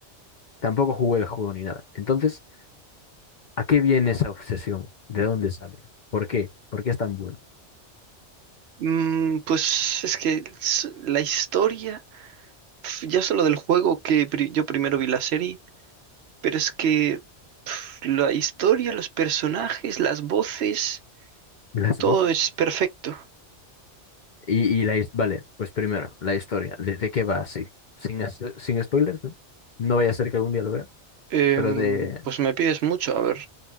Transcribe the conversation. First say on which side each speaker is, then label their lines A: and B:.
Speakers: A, on the left; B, on the right.
A: tampoco jugué el juego ni nada. Entonces, ¿a qué viene esa obsesión? ¿De dónde sale? ¿Por qué? ¿Por qué es tan bueno?
B: mm, pues es que s- la historia, pf, ya solo del juego que pri- yo primero vi la serie, pero es que pf, la historia, los personajes, las voces,
A: ¿Las
B: todo
A: voces?
B: es perfecto.
A: Y, y la, his- vale, pues primero, la historia. ¿De, de qué va así? Sin, as- sin spoilers, ¿no? No vaya a ser que algún día lo vea,
B: Em,
A: pero de...
B: pues me pides mucho, a ver,